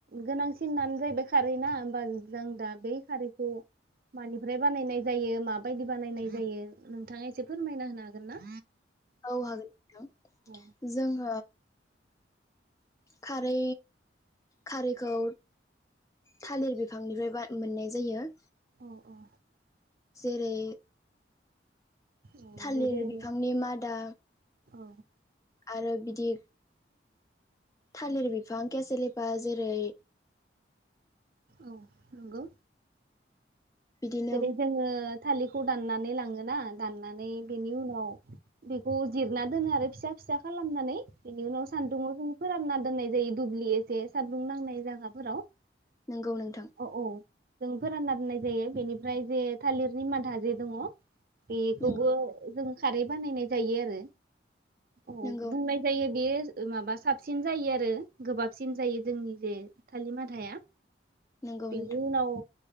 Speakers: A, on the right (about 50°); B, on the left (about 15°).
A: गोनांसिनानो जाहैबाय खारैना होमबा जों दा बै खारैखौ मानि ओमफ्राय बानायनाय जायो माबायदि बानायनाय जायो नोंथाङा एसे फोरमायना होनो हागोन ना?
B: औ हागोन नोंथां
A: औ
B: जों ओ खारै खारैखौ थालिर बिफांनिफ्राय बा मोननाय जायो
A: औ औ
B: जेरै
A: औ
B: थालिर
A: जेरै
B: बिफांनि मादा
A: औ।
B: आरो बिदि थालिर बिफां केसे लेफा जेरै
A: औ नंगौ।
B: बिदिनो
A: जेरै जोङो थालि खौ दाननानै लाङो ना दान दाननानै बेनि उनाव खौ जिरना दोनो आरो फिसा फिसा खालामनानै बिनि उनाव सान्दुंआव जों फोरानना दोननाय जायो दुब्लि एसे सानदुं नांनाय जागाफोराव।
B: नंगौ नोंथां
A: अ औ। जों फोरानना दोननाय जायो बेनिफ्राय जे थालिर नि मादा जे दङ बेखौबो
B: नंगौ
A: जों खारै बानायनाय जायो आरो औ
B: नंगौ
A: बुंनाय जायो बेयो ओ माबा साबसिन जायो आरो गोबाबसिन जायो जोंनि जे थालिर मादाया।
B: नंगौ
A: बिनि
B: नोंथां
A: उनाव